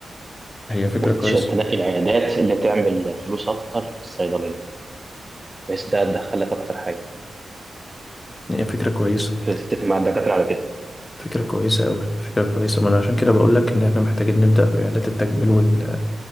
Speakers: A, on the left; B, on the right.
A: هي فكره
B: وتنقي
A: كويسه
B: العيادات اللي تعمل فلوس أكتر في الصيدلية بحيث ده تدخلك أكتر حاجة
A: هي فكرة كويسة
B: تتفق مع الدكاترة على كده
A: فكرة كويسة أوي فكرة كويسة ما أنا عشان كده بقول لك إن إحنا محتاجين نبدأ بعيادات التجميل وال-